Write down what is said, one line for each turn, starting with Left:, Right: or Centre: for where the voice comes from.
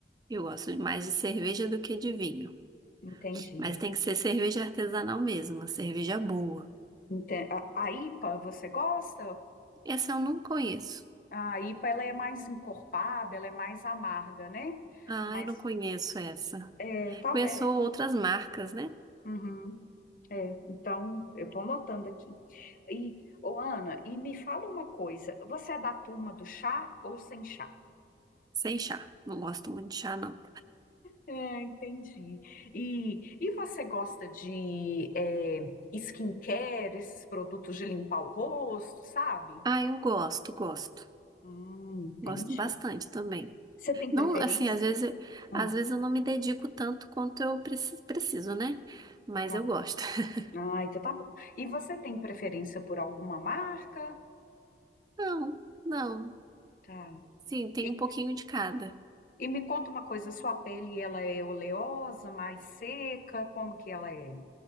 Right: Eu gosto mais de cerveja do que de vinho.
Left: Entendi.
Right: Mas tem que ser cerveja artesanal mesmo, uma cerveja boa.
Left: Ente- A, a IPA, você gosta?
Right: Essa eu não conheço.
Left: A IPA, ela é mais encorpada, ela é mais amarga, né?
Right: Ah,
Left: Mas,
Right: eu não conheço essa.
Left: é, talvez.
Right: Conheço outras marcas, né?
Left: Uhum, é, então, eu tô anotando aqui. E, ô, Ana, e me fala uma coisa, você é da turma do chá ou sem chá?
Right: Sem chá. Não gosto muito de chá, não.
Left: É, entendi. E, e você gosta de é, skincare, esses produtos de limpar o rosto, sabe?
Right: Ah, eu gosto, gosto.
Left: Hum, entendi.
Right: Gosto bastante também.
Left: Você tem
Right: Não,
Left: preferência?
Right: assim, às vezes,
Left: Hum,
Right: às vezes eu não me dedico tanto quanto eu preci- preciso, né? Mas
Left: tá.
Right: eu gosto. <laughs>
Left: Ah, então tá bom. E você tem preferência por alguma marca?
Right: Não, não.
Left: Tá.
Right: Sim, tem
Left: E,
Right: um pouquinho de cada.
Left: e me conta uma coisa, sua pele, ela é oleosa, mais seca? Como que ela é?